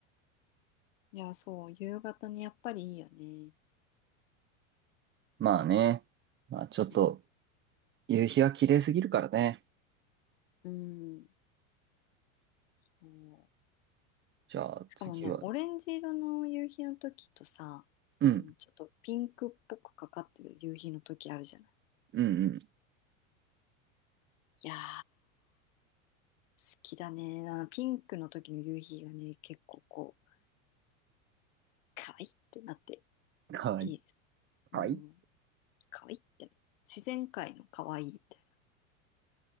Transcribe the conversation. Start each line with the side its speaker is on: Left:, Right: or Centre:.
Left: いや、そう、夕方ね、やっぱりいいよね。
Right: まあね。まあちょっと、
Left: そ
Right: 夕日は綺麗すぎるからね。
Left: う。うん、そう。
Right: じゃあ次は、
Left: しかもね、オレンジ色の夕日の時とさ、
Right: うん、
Left: そのちょっとピンクっぽくかかってる夕日の時あるじゃない。
Right: うん、
Left: いやー、好きだね。あのピンクの時の夕日がね、結構こう、可愛いってなって
Right: うん。はい。
Left: いいです。
Right: はい。
Left: うん、可愛いって自然界の可愛いみたい